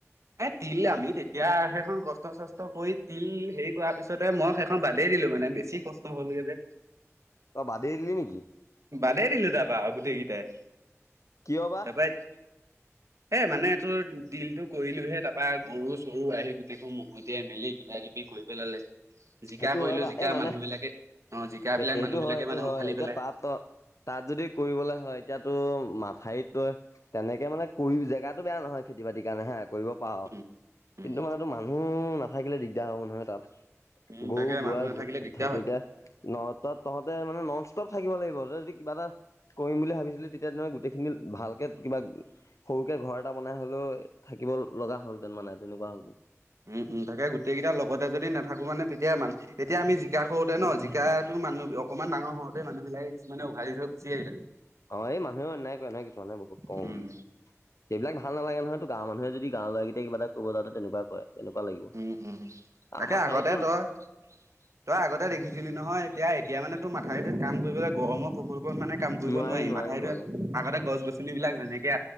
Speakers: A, on the right (about 70°); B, on the left (about 70°).
A: এ তিল আমি তেতিয়া সেইখন কষ্ট - চষ্ট কৰি তিল হেৰি কৰাৰ পিছতে মই সেইখন বাদেই দিলো মানে বেছ ছি কষ্ট হল গে যে।
B: তই বাদেই দিলি নিকি?
A: বাদেই দিলো তাৰপা আৰু গোটেইকেইটাই।
B: কিয় বা?
A: এত সেই মানে তোৰ তিলটো কৰিলোহে তাৰাপা গৰু - চৰু আহি গোটেইখন মহ মতিয়াই মেলি কিবা কিবি কৰি পেলালে। জিকা
B: সেইটো
A: কৰিলোঁ
B: হয় বা
A: জিকা
B: এই মানে
A: মানুহ বিলাকে অ', জিকা
B: সেইটো
A: বিলাক মানুহ
B: হয়
A: বিলাকে
B: সেইটো
A: মানে
B: হয়
A: উঘালি
B: এতিয়া
A: পেলাই।
B: তাত ত তাত যদি কৰিবলৈ হয়, এতিয়াতো মথাউৰিত তই তেনেকে মানে কৰি জেগাতো বেয়া নহয় খতি বাতিৰ কাৰণে হে কৰিব পাৰা
A: উম উম
B: কিন্তু মানুহ নাথাকিলে দিগদাৰ হ'ব নহয় তাত।
A: উম
B: গৰু
A: তাকে
B: গোৱা
A: মানুহ নাথাকিলে দিগদাৰ
B: থাকেই
A: হয়
B: এতিয়া ন তাত তহঁতে মানে ন'ন ষ্টপ থাকিব লাগিব যদি কিবা এটা কৰিম বুলি ভাবিছিলি তেতিয়া তহঁতে গোটেইখিনি ভালকে কিবা সৰুকে ঘৰ এটা বনাই হ'লেও থাকিব লগা হ'লহতেন মানে তেনেকুৱা হ'ল।
A: উম, উম, তাকে গোটেই কেইটা লগতে যদি নাথাকো মানে তেতিয়ে মা এতিয়া আমি জিকা কৰোতে ন জিকাটো মানুহ অকনমান ডাঙৰ হওঁতেই মানুহ বিলাকে কিছুমানে উঘালি থৈ গুচি আহিলে।
B: অ', এই মানুহও অন্যাই কৰে নহয় কিছুমানে বহুত কৰোঁ
A: উম
B: বুলি। সেইবিলাক ভাল নালাগে নহয়‌ তো গাঁও মানুহ যদি গাঁও ল'ৰাকেইট কিব এটা কব যাতে তেনেুৱা কৰে- এনেকুৱা লাগিব।
A: উম, উম
B: আৰু
A: তাকে
B: মাথাউৰিটো
A: আগতে তই তই আগতে দেখিছিলি নহয় এতিয়া, এতিয়া মানে তোৰ মাথাউিটোত কাম কৰিবলৈ গৰমৰ প্ৰকোপত মানে কাম কৰিব
B: নোৱাৰি
A: নোৱাৰিম
B: নোৱাৰি
A: মাথাইৰিটো
B: নোৱাৰি
A: আগতে গছ-গছনি বিলাক যেনেকে